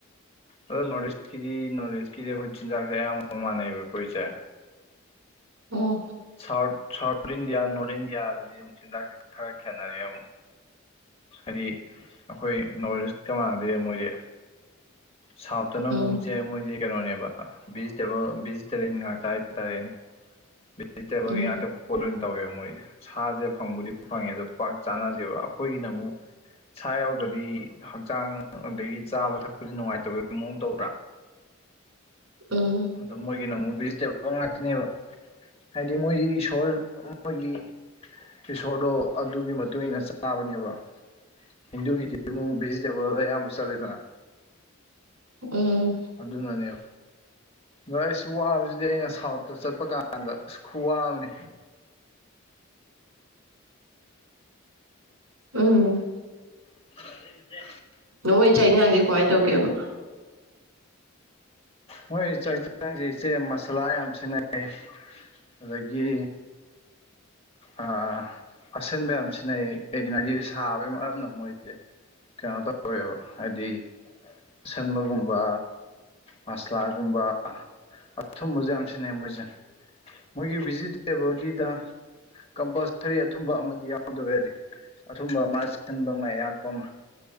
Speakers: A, on the left (about 30°); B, on the right (about 80°).
A: ꯑꯗꯣ ꯅꯣꯔꯠ ꯏꯁꯀꯤꯗꯤ ꯅꯣꯔꯠ ꯏꯁꯀꯤꯗꯤ ꯑꯩꯈꯣꯏ ꯆꯤꯟꯖꯥꯛꯁꯦ ꯑꯌꯥꯝꯕ ꯃꯥꯟꯅꯩꯑꯕ ꯑꯩꯈꯣꯏꯁꯦ
B: ꯑꯣ
A: ꯁꯥꯎꯠ ꯁꯥꯎꯠ ꯏꯟꯗꯤꯌꯥ ꯅꯣꯔꯠ ꯏꯟꯗꯤꯌꯥꯗꯗꯤ ꯑꯃꯨꯛ ꯆꯤꯟꯖꯥꯛꯁꯦ ꯈꯔ ꯈꯦꯠꯅꯔꯦ ꯑꯃꯨꯛ ꯍꯥꯏꯗꯤ ꯑꯈꯣꯏ ꯅꯣꯔꯠ ꯏꯁꯀ ꯃꯥꯟꯅꯗꯦ ꯃꯣꯏꯗꯤ ꯁꯥꯎꯠꯇꯅ
B: ꯎꯝ
A: ꯑꯃꯨꯛ ꯆꯦ ꯃꯣꯏꯁꯦ ꯀꯩꯅꯣꯅꯦꯕ ꯚꯦꯖꯤꯇꯦꯕꯜ ꯚꯦꯖꯤꯇꯦꯔꯤꯌꯟ ꯉꯥꯛꯇ ꯍꯥꯏꯇꯥꯔꯦꯅꯦ ꯚꯦꯖꯤꯇꯦꯕꯜꯒꯤ
B: ꯎꯝ
A: ꯉꯥꯛꯇ ꯄꯣꯠ ꯂꯣꯏ ꯑꯣꯏꯅ ꯇꯧꯋꯦꯕ ꯃꯣꯏ ꯁꯥꯁꯦ ꯐꯪꯕꯨꯗꯤ ꯐꯪꯉꯦ ꯑꯗꯣ ꯄꯥꯛ ꯆꯥꯟꯅꯗꯦꯕ ꯑꯩꯈꯣꯏꯒꯤꯅ ꯑꯃꯨꯛ ꯁꯥ ꯌꯥꯎꯗ꯭ꯔꯗꯤ ꯍꯛꯆꯥꯡ ꯑꯗꯒꯤ ꯆꯥꯕ ꯊꯛꯄꯗꯤ ꯅꯨꯡꯉꯥꯏꯇꯕꯒꯤ ꯃꯑꯣꯡ ꯇꯧꯗ꯭ꯔꯥ
B: ꯎꯝ
A: ꯑꯗꯣ ꯃꯣꯏꯒꯤꯅ ꯑꯃꯨꯛ ꯚꯦꯖꯤꯇꯦꯕꯜ ꯉꯥꯛꯇꯅꯦꯕ ꯍꯥꯏꯗꯤ ꯃꯣꯏꯗꯤ ꯏꯁꯣꯔ ꯃꯣꯏꯒꯤ ꯏꯁꯣꯔꯗꯣ ꯑꯗꯨꯒꯤ ꯃꯇꯨꯡ ꯏꯟꯅ ꯆꯥꯕꯅꯦꯕ ꯍꯤꯟꯗꯨꯒꯤꯗꯤ ꯃꯨ ꯚꯦꯖꯤꯇꯦꯕꯜ ꯑꯌꯥꯝꯕ ꯆꯠꯂꯤꯗꯅ
B: <unintelligible>
A: ꯑꯗꯨꯅꯅꯦ ꯗꯩꯁ ꯋꯥꯕꯖꯤꯗꯤ ꯑꯩꯅ ꯁꯥꯎꯠꯇ ꯆꯠꯄ ꯀꯥꯟꯗ ꯈꯨꯋꯥ ꯑꯝꯅꯦ
B: ꯎꯝ
A: <unintelligible>
B: ꯅꯣꯍꯣꯏ ꯆꯥꯛ ꯏꯖꯥꯡꯖꯦ ꯀꯃꯥꯏꯟ ꯇꯧꯒꯦꯕ
A: ꯃꯣꯏ ꯆꯥꯛꯖꯥꯡꯖꯦ ꯏꯆꯦ ꯃꯁꯥꯂꯥ ꯌꯥꯝ ꯁꯤꯖꯤꯟꯅꯩꯩ ꯑꯗꯒꯤ ꯑꯥ ꯑꯁꯤꯟꯕ ꯌꯥꯝ ꯁꯤꯟꯅꯩ ꯀꯩꯒꯤꯅꯣ ꯍꯥꯏꯖꯤ ꯁꯥꯕꯒꯤ ꯃꯔꯝꯅ ꯃꯣꯏꯖꯦ ꯀꯩꯅꯣ ꯇꯧꯋꯦꯕ ꯍꯥꯏꯗꯤ ꯑꯁꯟꯕꯒꯨꯝꯕ ꯃꯁꯂꯥꯒꯨꯝꯕ ꯑꯊꯨꯝꯕꯖꯨ ꯌꯥꯝ ꯁꯤꯟꯅꯩ ꯃꯣꯏꯖꯦ ꯃꯣꯏꯒꯤ ꯚꯤꯖꯤꯇꯦꯕꯜꯒꯤꯗ ꯀꯝꯄꯜꯁꯔꯤ ꯑꯊꯨꯝꯕ ꯑꯃꯗꯤ ꯌꯥꯎꯗꯕ ꯌꯥꯗꯦ ꯑꯊꯨꯝꯕ ꯃꯥ ꯑꯁꯤꯟꯕ ꯑꯃ ꯑꯌꯥꯛꯄ ꯑꯃ